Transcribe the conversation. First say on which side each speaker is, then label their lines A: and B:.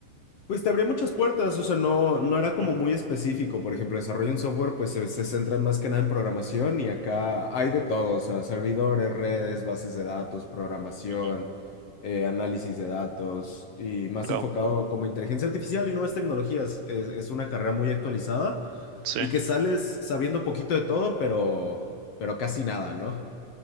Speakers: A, on the left (about 55°); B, on the right (about 75°).
A: Pues te abría muchas puertas, o sea, no, no era como
B: Ujú,
A: muy específico. Por ejemplo, desarrollo en software, pues se, se centran más que nada en programación y acá hay de todo, o sea, servidores, redes, bases de datos, programación,
B: ujú.
A: eh, análisis de datos y más
B: Go.
A: enfocado como inteligencia artificial y nuevas tecnologías. Es, es una carrera muy actualizada
B: Sí.
A: y que sales sabiendo poquito de todo, pero, pero casi nada, ¿no?